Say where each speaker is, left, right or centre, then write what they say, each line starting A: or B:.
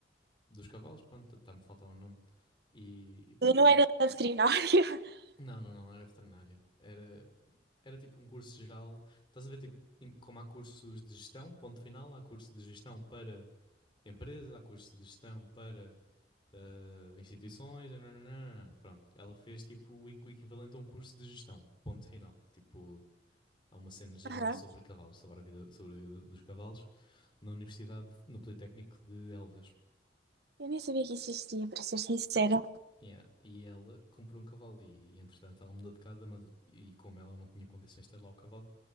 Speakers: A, on the left (about 30°); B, on the right (about 65°).
A: dos cavalos, pronto, está-me a faltar o nome. E, e pronto,
B: Eu não era
A: e-
B: veterinária. <laughs>
A: não, não, não, não era veterinária. Era, era tipo um curso geral. Estás a ver, tipo, em- como há cursos de gestão, ponto final, há curso de gestão para empresas. há curso de gestão para eh, instituições, nananana. pronto. Ela fez tipo o o equivalente a um curso de gestão, ponto final. Tipo, há uma cena geral
B: Aham.
A: sobre cavalos, sobre a vida, sobre a vida dos cavalos, na universidade, no Politécnico de Elvas.
B: Eu nem sabia que isso existia, para ser sincera.
A: Yeah. E ela comprou um cavalo e, e, entretanto ela mudou de casa, mas e como ela não tinha condições de ter lá o cavalo,